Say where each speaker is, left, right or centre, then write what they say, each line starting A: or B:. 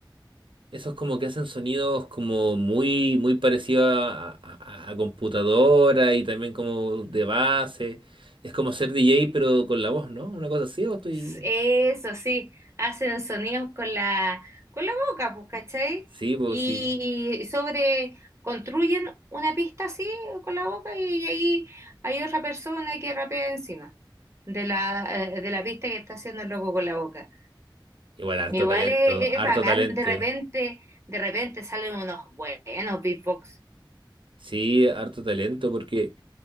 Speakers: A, on the right (about 75°); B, on the right (about 35°).
A: esos como que hacen sonidos como muy, muy parecidos a, a- a computadora y también como de base, es como ser DJ pero con la voz, ¿no? Una cosa así, o estoy...
B: S- eso sí, hacen sonidos con la, con la boca, pues, ¿cachai?
A: Sí, pues
B: Y,
A: sí.
B: y sobre, construyen una pista así con la boca y, ahí hay otra persona que rapea encima de la, eh, de la pista que está haciendo el loco con la boca.
A: Igual, harto
B: Igual
A: talento,
B: es,
A: harto
B: es bacán,
A: talento.
B: de repente, de repente salen unos buenos beatbox.
A: Sí, harto talento, porque